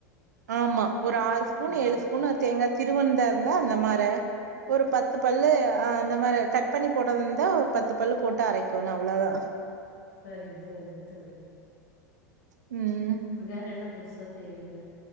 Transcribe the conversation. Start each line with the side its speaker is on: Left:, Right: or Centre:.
Right: ஆமா ஒரு ஆறு ஸ்பூன்
Left: ஓ
Right: ஏழு ஸ்பூன் தேங்கா திருவன்தாருந்தா அந்த மார ஒரு பத்து பல்லு ஆ இந்த மாரி கட் பண்ணி போடது இருந்தா ஒரு பத்து பல்லு போட்டு அரைக்கோனு அவ்ளோதா
Left: சரிங் சரிங்க தோழி
Right: ம்
Left: வேற என்ன புதுசா செய்வீங்க